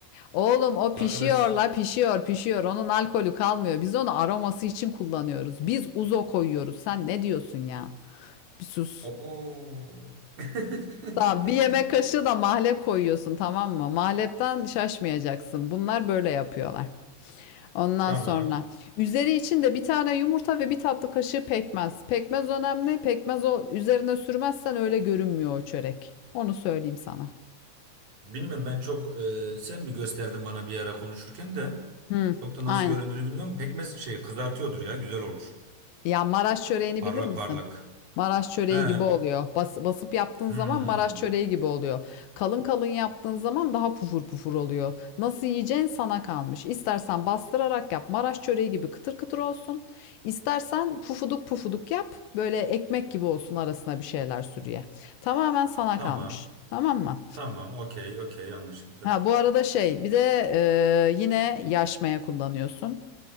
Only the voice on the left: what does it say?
Oğlum o
pişiyor la pişiyor pişiyor. Onun alkolü kalmıyor. Biz onu aroması için kullanıyoruz. Biz uzo koyuyoruz. Sen ne diyorsun ya? Bir sus.
Tamam, bir yemek kaşığı da mahlep koyuyorsun tamam mı? Mahlepten şaşmayacaksın. Bunlar böyle yapıyorlar. Ondan
sonra üzeri için de bir tane yumurta ve bir tatlı kaşığı pekmez. Pekmez önemli. Pekmez o üzerine sürmezsen öyle görünmüyor o çörek. Onu söyleyeyim sana.
Hı,
aynen.
Ya Maraş çöreğini
bilir misin?
Maraş çöreği
gibi oluyor. Bas, basıp yaptığın
zaman Maraş çöreği gibi oluyor. Kalın kalın yaptığın zaman daha pufur pufur oluyor. Nasıl yiyeceğin sana kalmış. İstersen bastırarak yap. Maraş çöreği gibi kıtır kıtır olsun. İstersen pufuduk pufuduk yap. Böyle ekmek gibi olsun arasına bir şeyler sür ye. Tamamen sana
kalmış. Tamam mı?
Ha bu arada şey bir de e, yine yaşmaya kullanıyorsun.